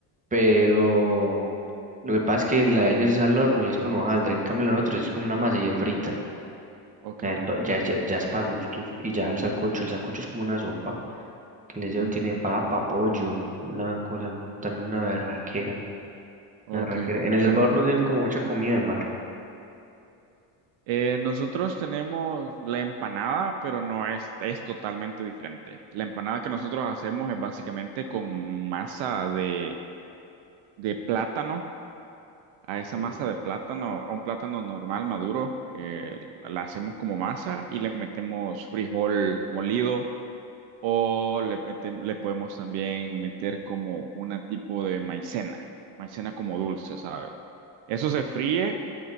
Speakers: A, on the right; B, on the right.
A: pero lo que pasa es que la de ellos es al horno y es con hojaldre, en cambio la de nosotros es con una masa y de frita.
B: Ok,
A: Ya es, pa- ya, ya, ya es para gustos. Y ya el sancocho, el sancocho es como una sopa. Que le llevo-
B: mm,
A: tiene papa, pollo, una cosa, un- también una berraquera.
B: ok,
A: Una berraquera. En El
B: perfecto.
A: Salvador no se ve como mucha comida de mar.
B: Eh, nosotros tenemos la empanada, pero no es, es totalmente diferente. La empanada que nosotros hacemos es básicamente con masa de, de plátano a esa
A: Mm.
B: masa de plátano, a un plátano normal maduro, eh, la la hacemos como masa y le metemos frijol molido o le metem- le podemos también meter como una tipo de maicena, maicena como dulce, ¿sabes? Eso se fríe